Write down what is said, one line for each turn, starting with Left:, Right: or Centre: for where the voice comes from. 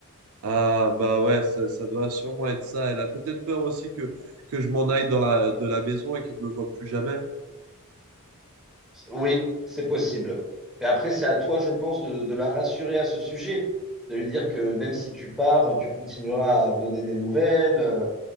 Right: ah, bah ouais, ça, ça doit sûrement être ça. Elle a peut-être peur aussi que, que je m'en aille dans la, de la maison et qu'elle ne me voit plus jamais.
Centre: Oui, c'est possible. Mais après, c'est à toi, je pense, de, de la rassurer à ce sujet, de lui dire que même si tu pars, tu continueras à donner des nouvelles. euh,